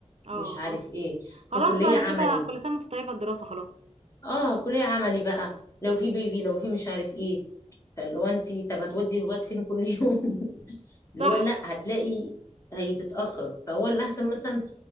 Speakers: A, on the right; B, on the left.
A: اه
B: مش عارف ايه في
A: خلاص
B: كليه
A: بقى انا
B: عملي
A: كده كل سنه وانت طيبه الدراسه خلاص
B: اه كليه عملي بقى لو في بيبي لو في مش عارف ايه فاللي هو انت طب هتودي الواد فين كل يوم اللي
A: صح
B: هو لا هتلاقي هيتتأخر فهو اللي أحسن مثلا